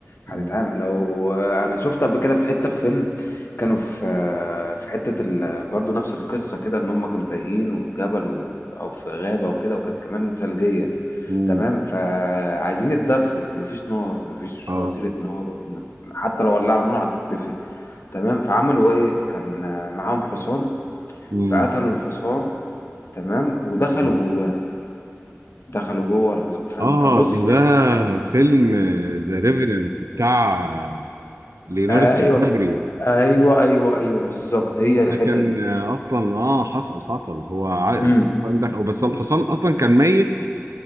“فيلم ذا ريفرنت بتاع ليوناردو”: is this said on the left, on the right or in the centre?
Right